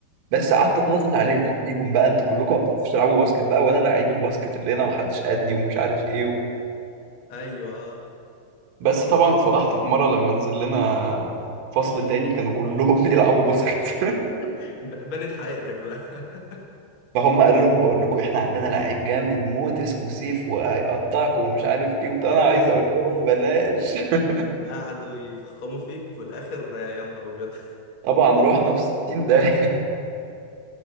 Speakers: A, on the right; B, on the left.
A: بس قعدت اتنطط عليهم بيهم
B: امم
A: بقى انتوا كلكم ما بتعرفوش تلعبوا باسكت بقى وانا لعيب الباسكت اللي هنا ومحدش قدي ومش عارف ايه و...
B: ايوه آه.
A: بس طبعا اتفضحت في مره لما نزل لنا فصل تاني كانوا كلهم بيلعبوا باسكت
B: <laughs>
A: <laughs>
B: ب- بنت حقيقتك بقى <laughs>
A: فهم قالوا لهم بقول لكم احنا عندنا لعيب جامد موت اسمه سيف وهيقطعكم ومش عارف ايه وبتاع
B: يا
A: انا
B: عيني
A: عايز اقول لهم بلاش <laughs>
B: قعدوا يفخموا فيك وفي الاخر آه، يا نهار ابيض
A: طبعا رحنا في 60 داهية